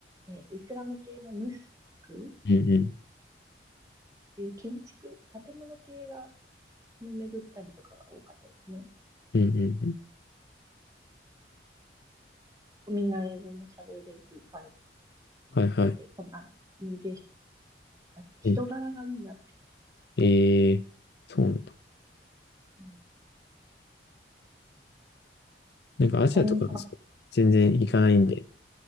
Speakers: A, on the right; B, on the left.
A: えっと、イスラム系のムスクっ
B: うん、うん、
A: ていう建築、建物系が、の巡ったりとかが多かったですね。
B: うん、うんうん。
A: みんな英語も喋れる感
B: はいはい。
A: じで、このあのコミュニケーション、人柄がいいなって。
B: うん、えー、そうなんだ。
A: うん
B: なんかアジアとかがそう、
A: ねあゆみさんはど,、
B: 全然行かないんで、一